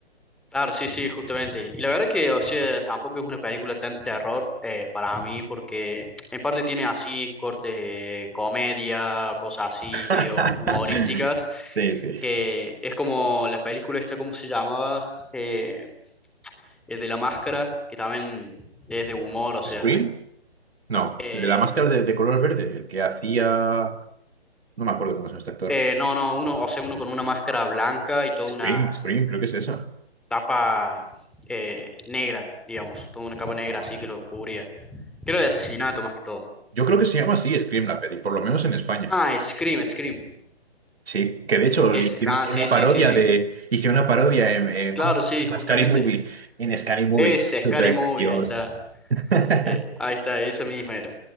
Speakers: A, in the centre; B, on the right.
A: claro, sí, sí, justamente. Y la verdad que, o sea, tampoco es una película tanto de terror eh, para mí, porque en parte tiene así cortes de comedia, cosas así,
B: <laughs>
A: medio humorísticas,
B: Sí, sí.
A: que es como la película esta, ¿cómo se llamaba? Eh, el de la máscara, que también es de humor, o sea...
B: ¿Scream? No,
A: eh,
B: el de la máscara de, de color verde, el que hacía... No me acuerdo cómo se llama este actor.
A: eh, no, no, uno, o sea, uno con una máscara blanca y toda
B: Scream,
A: una
B: Scream, creo que es esa.
A: tapa eh, negra, digamos, toda una capa
B: Ah,
A: negra
B: bueno.
A: así que lo cubría. Creo de asesinato más que todo.
B: Yo creo que se llama así Scream la peli, por lo menos en España.
A: Ah, Scream, Scream.
B: Sí, que de hecho
A: Ese.
B: le hicieron
A: Ah,
B: hicieron
A: sí,
B: una
A: sí,
B: parodia
A: sí, sí.
B: de. Hicieron una parodia en, en
A: Claro,
B: ¿cómo
A: sí,
B: se llama?
A: justamente.
B: Scary Movie. En Scary Movie.
A: Ese,
B: Súper
A: Scary Movie,
B: gracioso.
A: ahí está.
B: <laughs>
A: Eh, ahí está, esa misma era.